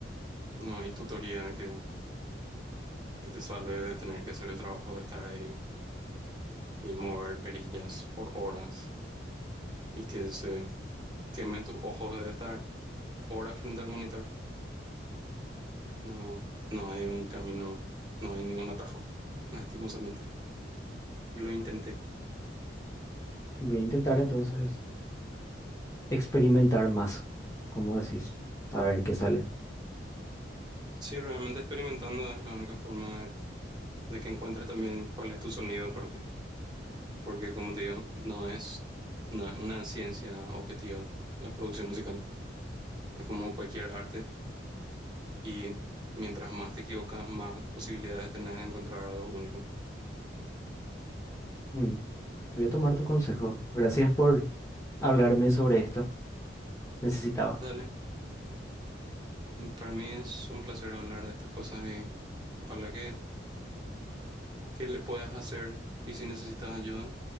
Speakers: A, on the right; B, on the left.
A: no hay tutoría que, que te salve de tener que hacer el trabajo de estar ahí y mover perillas por horas y que se quemen tus ojos de estar hora frente al monitor. No, no hay un camino, no hay ningún atajo, lastimosamente. Lo intenté.
B: Voy a intentar entonces experimentar más, como decís, a ver qué sale.
A: Sí, realmente experimentando es la única forma de que encuentres también cuál es tu sonido propio, porque como te digo, no es, no es una ciencia objetiva la producción musical, es como cualquier arte y mientras más te equivocas, más posibilidades tenés de encontrar algo único.
B: Mm, Voy a tomar tu consejo. Gracias por hablarme sobre esto. Necesitaba.
A: Dale, para mí es un placer hablar de estas cosas y ojalá que que le puedas hacer y si necesitas ayuda,